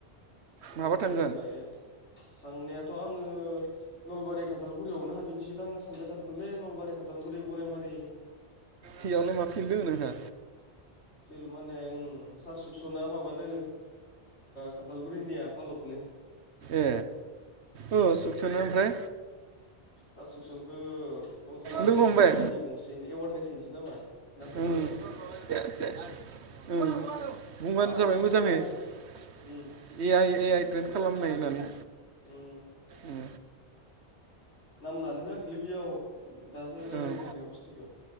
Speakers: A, on the left (about 80°); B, on the right (about 75°).
A: जों
B: माबा
A: फैग्रोनानै
B: थांगोन
A: थांनायाथ' आङो नलबारि खान्थालगुरियावनो हाबहैनोसै दां सानबाय थादोंमोनलै नलबारि खान्थालगुरि गराइमारि
B: बेयावलाय माथो दं नोंहा
A: फिल माने सार सुकसना माबानो खान्थालगुरिनिया आलकनो
B: ए ओ सुखसनो
A: दा
B: ओमफ्राय
A: सार सुखसुन खो कल खालामनानै
B: लोगो हमबाय
A: गामि गंसेनि एवारनेस हैनोसै नामा होनना सान्दों
B: ओम
A: आंथ
B: ओम बुंबानो
A: आंहा
B: जाबाय
A: कन्टेक्ट
B: मोजाङै
A: दोङो आं
B: ए
A: उम
B: आइ ए आइ ट्रेन खालामनाय होननानै
A: उम
B: ओम
A: नाम लानो होआखैलै बेयाव दाजों रायज्लायबाय
B: ओं
A: थानायाव बुस्थुखौ